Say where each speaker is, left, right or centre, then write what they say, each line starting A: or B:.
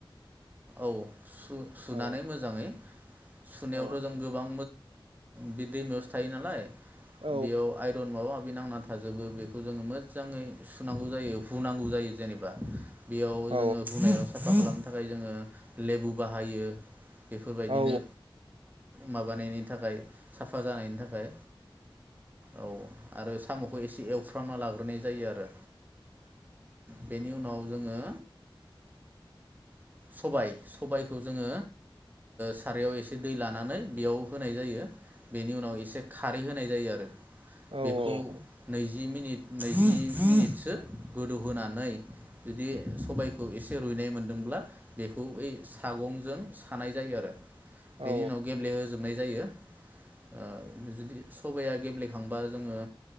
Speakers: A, on the right (about 20°); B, on the right (about 80°).
A: औ। सुनानै
B: औ
A: मोजांङै सुनायावथ'
B: औ
A: जों गोबां। बे दैमायावसो थायो नालाय।
B: औ
A: बेयाव आइरन माबा माबि नांना थायो। थाजोबो बेखौ जोंङो मोजांङै सुनांगौ जायो हुनांगौ जायो जेनेबा- बेयाव
B: औ
A: जोंङो हुनायाव साफा खालाम। थाखाय जोंङो लेबु बाहायो बेफोरबायदिनो।
B: औ
A: माबानायनि थाखाय साफा जानायनि थाखाय औ आरो सामखौ एसे एवस्रोना एवफ्रामना लाग्रोनाय जायो आरो बेनि उनाव जोंङो सबाय सबायखौ जोंङो सारायाव एसे दै लानानै बेयाव होनाय जायो। बेनि उनाव एसे खारै होनाय जायो आरो
B: औ
A: बेखौ नै जि मिनिट नैजि मिनिटसो गोदौहोनानै जुदि सबायखौ एसे रुइनाय मोनदोंब्ला। बेखौ बै सागंजों सानाय जायो आरो। बेनि
B: औ
A: उनाव गेब्लेहोजोबनाय जायो। ओ बिदिनो जुदि सबाया गेब्लेखांबा जोंङो